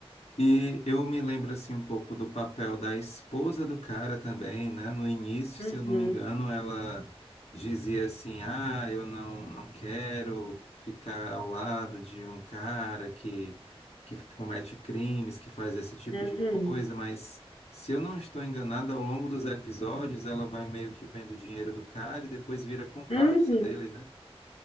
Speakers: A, on the left (about 85°); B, on the left (about 65°).
A: E eu me lembro assim um pouco do papel da esposa do cara também, né? No início,
B: Uhum.
A: se eu não me engano, ela dizia assim: "Ah, eu não não quero ficar ao lado de um cara que que comete crimes, que faz esse tipo
B: Uhum.
A: de coisa", mas se eu não estou enganado, ao longo dos episódios ela vai meio que vendo o dinheiro do cara e depois vira comparsa
B: Uhum.
A: dele, né?